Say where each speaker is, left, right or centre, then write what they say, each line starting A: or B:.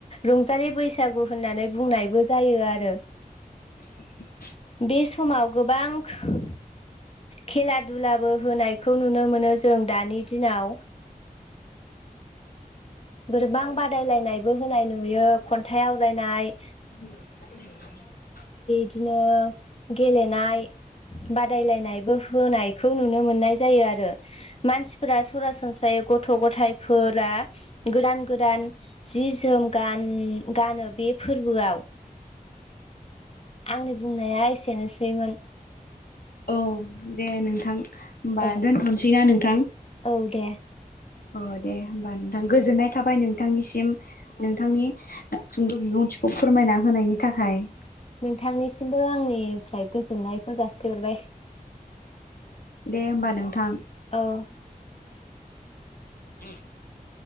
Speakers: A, on the left (about 45°); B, on the left (about 80°).
A: रंजालि बैसागु होननानै बुंनायबो जायो आरो। ओ
B: <unintelligible>
A: बे समाव गोबां खो- खेला दुलाबो होनायखौ नुनो मोनो जों दानि दिनाव। गोरबां बादायलायनायबो होनाय नुयो खन्थाइ आवरायनाय
B: <inaudible>
A: बिदिनो गेलेनाय बादायलायनायबो होनायखौ नुनो मोननाय जायो आरो। मानसिफोरा सरासनस्रायै गथ' गथायफोरा गोदान गोदान जि जोम गान-गानो। बे फोरबोआव
B: <inaudible>
A: आंनि बुंनाया एसेनोसैमोन।
B: औ दे नोंथां। होमबा
A: ओ
B: दोनथ'नोसैना नोंथां?
A: औ दे
B: अ दे होमबा नोंथां गोजोननाय थाबाय नोंथांनिसिम नोंथांनि सुंग' बिबुंथिखौ फोरमायना होनायनि थाखाय
A: नोंथांनिसिमबो आंनिफ्राय गोजोननायखौ जासिहरबाय।
B: दे होमबा नोंथां।
A: औ
B: <unintelligible>